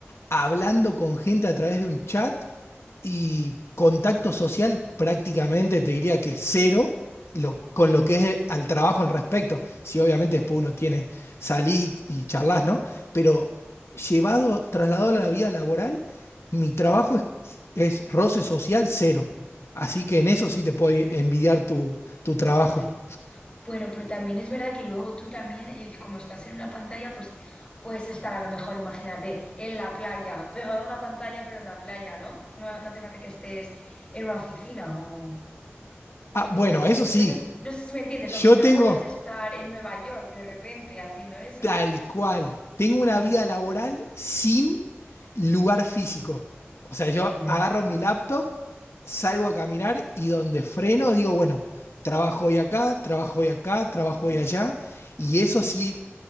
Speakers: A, on the left; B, on the left.
A: hablando con gente a través de un chat y contacto social prácticamente te diría que cero lo- con
B: Jolín.
A: lo que es al trabajo en respecto. Si obviamente después uno tiene salir y charlas, ¿no? Pero llevado, trasladado a la vida laboral, mi trabajo es, es roce social cero. Así que en eso sí te puedo envidiar tu, tu trabajo.
B: Ay, Bueno, pero también es verdad que luego tú también, el, como estás en una pantalla, pues puedes estar a lo mejor, imagínate, en la playa, pegado a una pantalla, pero en la playa, ¿no? No, no hace falta que estés en una oficina o,
A: Ah,
B: o
A: bueno,
B: yo qué sé.
A: eso sí,
B: No sé, si- no sé si me entiendes,
A: yo
B: o quizá
A: tengo
B: puedes estar en Nueva York de repente haciendo eso.
A: tal cual, tengo una
B: Mm,
A: vida laboral sin lugar físico. O sea, yo
B: Claro,
A: agarro mi laptop, salgo a caminar y donde freno digo, bueno, trabajo hoy acá, trabajo hoy acá, trabajo
B: Mm,
A: hoy allá. Y eso sí,